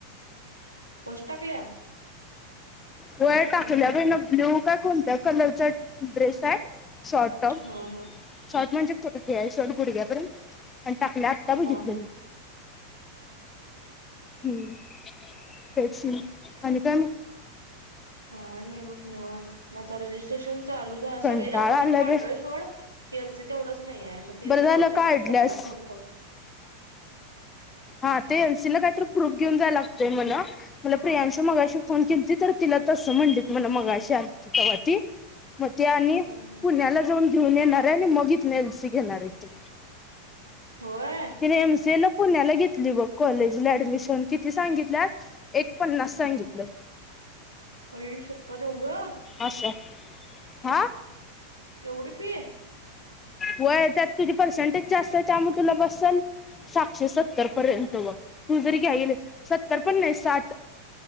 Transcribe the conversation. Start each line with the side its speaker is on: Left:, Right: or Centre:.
Right: पोस्ट टाकल्या?
Left: वय टाकल्या
Right: हम्म हम्म
Left: बाईना ब्लू का काय कोणत्या कलरचा ड्रेस हाय? Short top.
Right: हा हा
Left: शॉर्ट म्हणजे? <unintelligible> घ्याय शर्ट गुढग्यापर्यंत आणि टाकल्या आत्ता बघितल
Right: हा हा
Left: मी. हम्म तेच आणि काय मग?
Right: हा नय बग निवांत आत्ता रेजिस्ट्रेशन चालू च
Left: कंटाळा
Right: सगळे डॉक्युमेंट
Left: आलाय
Right: काढलोय
Left: बाई
Right: सोड. एल सी च तेवढंच नाही आहे मग ते
Left: बरं
Right: जरा
Left: झालं
Right: विचारतो
Left: काढल्यास.
Right: सराला फोन करून.
Left: हा ते एलसीला काहीतरी प्रूफ घेऊन जाय लागतंय म्हण मला प्रियांशू मगाशी
Right: हम्म
Left: फोन केली तर तिला तसं म्हणलीत म्हण मगाशी आलती तवा ती मग ते आणि
Right: हम्म
Left: पुण्याला
Right: हम्म
Left: जाऊन घेऊन येणार आहे आणि मग ही एल सी घेणारे ती.
Right: होय
Left: तिने एमसीए ला पुण्याला घेतली बग कॉलेजला ऍडमिशन किती सांगितल्या एक पन्नास सांगितल.
Right: अई शप्पत एवढं
Left: अशा हा.
Right: एवढी फी.
Left: व्हय त्यात तुझी पर्सेंटेज जास्त आहे त्यामुळे तुला बससेल सातशे सत्तर पर्यंत व तू जरी घ्याईल सत्तर पण नाही साठ.